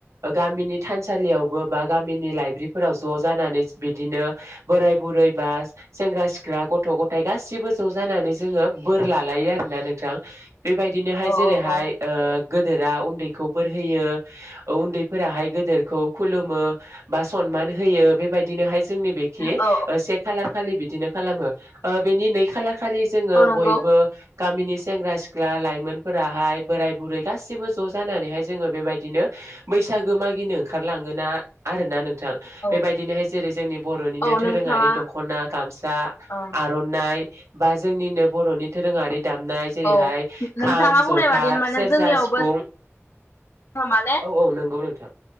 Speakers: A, on the right; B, on the left.
A: गामि नि थानसालियावबो बा गामिनि लाइब्रिफोराव ज' जानानै बिदिनो बोराय बुरै बा सेंग्रा सिख्ला गथ' गथाय गासिबो ज' जानानै जोङो बोर लालायो आरोना नोंथां । बेबायदिनोहाय
B: औ
A: जेरैहाय ओ गोदोरा उन्दैखौ बोर होैयो उन्दैफोराहाय गदोरखौ खुलुमो बा स नमान होयो बेबायदिनोहाय जोंनि बेखि
B: औ
A: ओ से खालार खालि बिदिनो खालामो ओ बेनि नै खालार खालि जोङो
B: औ नंगौ
A: बयबो गामिनि सेंग्रा सि ख्ला लाइमोनफोराहाय बोराय बुरै गासिबो ज' जानानैहाय जोङो बेबायदिनो बैसागो मागि नो ओंखारलाङोना आरोना नों थां
B: औ
A: बेबायदिनोहाय जेरै जोंनि बर'निनो
B: औ
A: दोरोङारि
B: नोंथाङा
A: दख'ना गामसा
B: ओं
A: आर'नाइ बा जोंनिनो बर'नि दोरोङारि दामनाय जेरैहाय
B: औ नोंथाङा
A: खाम जथा
B: बुंनाय बादि माने
A: सेरजा
B: जोंनियावबो
A: सिफुं
B: माने
A: औ औ नंगौ नोंथां